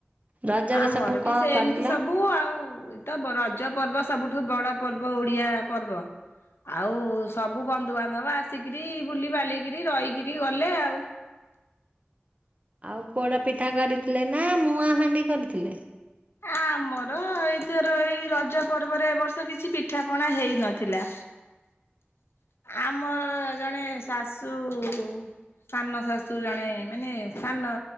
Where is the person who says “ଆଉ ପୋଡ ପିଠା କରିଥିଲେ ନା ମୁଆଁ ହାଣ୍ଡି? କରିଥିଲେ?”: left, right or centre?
Right